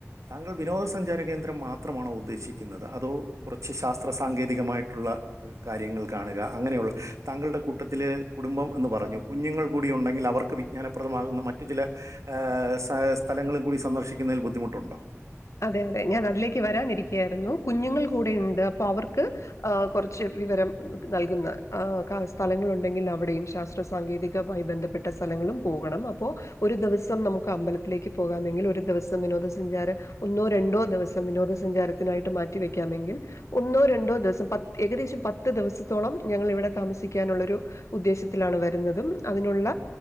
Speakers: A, on the right (about 85°); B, on the left (about 75°).
A: താങ്കൾ വിനോദസഞ്ചാര കേന്ദ്രം മാത്രമാണോ ഉദ്ദേ ക്ഷിക്കുന്നത് അതോ കുറച്ച് ശാസ്ത്ര സാങ്കേതികമായിട്ടുള്ള കാര്യങ്ങൾ കാണുക അങ്ങനെയുള്ള താങ്കളുടെ കൂട്ടത്തിലെ കുടുംബം എന്ന് പറഞ്ഞു കുഞ്ഞുങ്ങൾ കൂടി ഉണ്ടെങ്കിൽ അവർക്ക് വിജ്ഞാനപ്രദമാകുന്ന മറ്റു ചില ആ സാ സ്ഥലങ്ങളും കൂടി സന്ദർശിക്കുന്നതിൽ ബുദ്ധിമുട്ടുണ്ടോ
B: അതെ അതെ ഞാൻ അതിലേക്ക് വരാനിരിക്കയായിരുന്നു കുഞ്ഞുങ്ങൾ കൂടെയിണ്ട് അപ്പൊ അവർ ക്ക് കുറച്ച് വിവരം നൽകുന്ന കാ സ്ഥലങ്ങളുണ്ടെങ്കിൽ അവിടെയും ശാസ്ത്ര സാങ്കേ അതിമായി ബന്ധപ്പെട്ട സ്ഥലങ്ങളും പോകണം അപ്പോൾ ഒരു ദിവസം നമുക്ക് അമ്പലത്തിലേക്ക് പോകാമെങ്കിൽ ഒരു ദിവസം വിനോദസഞ്ചാര ഒന്നോ രണ്ടോ ദിവസം വിനോദസഞ്ചാരത്തിനായിട്ട് മാറ്റിവെക്കാമെങ്കിൽ ഒന്നോ രണ്ടോ ദിവസം പത്ത് ഏകദേശം പത്ത് ദിവസത്തോളം ഞങ്ങളിവിടെ താമസിക്കാനുളെളാരു ഉദ്ദേശത്തിലാണ് വരുന്നതും അതിനുള്ള